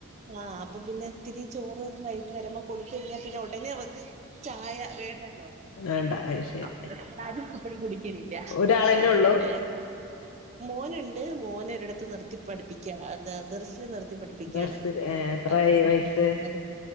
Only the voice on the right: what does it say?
ആ അപ്പൊ പിന്നെ ഇത്തിരി ചോറ് വൈകിട്ട് വരുമ്പോ കൊടുത്ത കഴിഞ്ഞാൽ പിന്നെ ഉടനെ അവക്ക് ചായ വേണ്ട ല്ലോ
അപ്പൊ പിന്നെ ഴ കുടിക്കില്ല
ഞ
പിന്നെ മോൻ മോന ഒരിടുത്ത് നിർത്തി പഠിപ്പിക്കുക എന്താ ദർസ് നിർത്തി പഠിപ്പിക്കുകയാണ്
അ ആ
അ